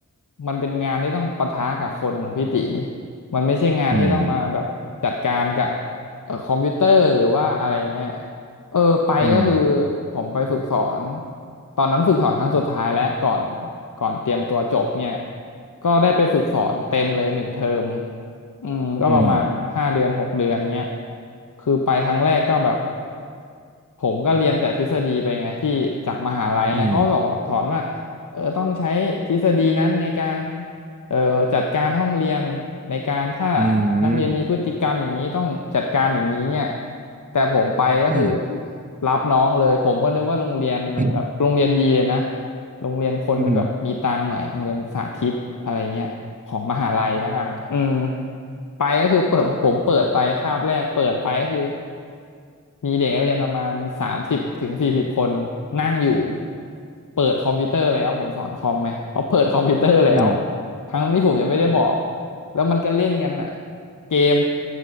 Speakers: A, on the left; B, on the right.
A: มันเป็นงานที่ต้องปะทะกับคนนะพี่ติมันไม่ใช่งานที่ต้องมาแบบจัดการกับ
B: อืม
A: เอ่อคอมพิวเตอร์หรือว่าอะไรเงี้ย เออไปก็คือ
B: อืม
A: ผมไปฝึกสอนตอนนั้นฝึกสอนครั้งสุดท้ายแล้วก่อนก่อนเตรียมตัวจบเนี่ยก็ได้ไปฝึกสอนเต็มเลยหนึ่งเทอมอืมก็ประมาณห้าเดือนหกเดือนเนี้ย
B: อืม
A: คือไปครั้งแรกก็แบบ ผมก็เรียนแต่ทฤษฎีไปไงที่จากมหาลัยเนี่ยเขาก็สอนสอนว่า
B: อืม
A: เออต้องใช้ทฤษฎีนั้นในการเอ่อจัดการห้องเรียนในการถ้า
B: อื
A: นักเรียนมีพฤติกรรมอย่างนี้ต้องจัดการอย่างนี้เนี่ย
B: ม
A: แต่ผมไปก็คือ
B: อืม
A: รับน้องเลยผมก็นึกว่าโรงเรียนมันแบบโรงเรียนดีเลยนะ
B: อืม
A: โรงเรียนคนที่แบบมีตังค์หน่อยโรงเรียนสาธิตอะไรเงี้ยของมหาลัยแล้วกันอืม
B: อืม
A: ไปก็คือเปิดผมเปิดไปคาบแรกเปิดไปก็คือ มีเด็กนักเรียนประมาณสามสิบถึงสี่สิบคนนั่งอยู่เปิดคอมพิวเตอร์แล้วผมสอนคอมไหมเขาเปิดคอมพิวเตอร์แล้ว
B: อืม
A: ทั้งที่ผมยังไม่ได้บอกแล้วมันก็เล่นกันอ่ะเกม